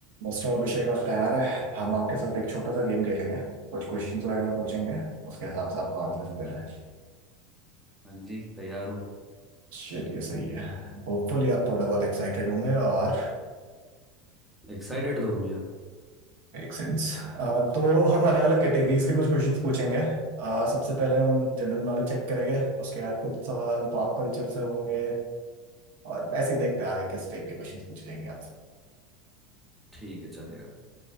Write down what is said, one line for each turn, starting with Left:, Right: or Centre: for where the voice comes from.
Right: Mister Abhishek आप तैयार है हम आपके साथ एक छोटा सा गेम खेलेंगे कुछ क्वेश्चंस वगैरह पूछेंगे उसके हिसाब से आपको आंसर्स देना है
Centre: हाँ जी तैयार हूँ
Right: चलिए सही है होपफुली आप थोड़े बहुत एक्साइटेड होंगे और
Centre: एक्साइटेड तो हुई यार
Right: मेक सेंस तो हम अलग अलग कैटेगरीज के कुछ क्वेश्चंस पूछेंगे अ, सबसे पहले हम जनरल नॉलेज चेक करेंगे उसके बाद कुछ सवाल पॉप कल्चर से होंगे और ऐसे ही देखते हैं आगे किस टाइप के क्वेश्चंस पूछेंगे आपसे
Centre: ठीक है चलेगा